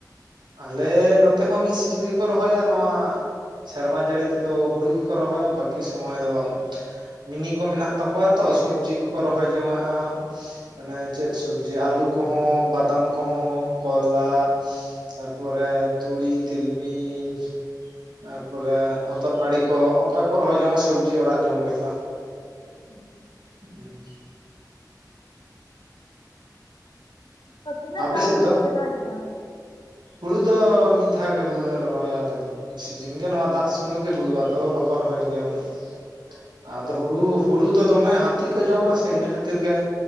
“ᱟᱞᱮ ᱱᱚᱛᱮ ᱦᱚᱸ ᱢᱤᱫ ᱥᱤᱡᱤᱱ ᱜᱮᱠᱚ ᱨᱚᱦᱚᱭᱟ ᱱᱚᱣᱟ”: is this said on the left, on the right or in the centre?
Right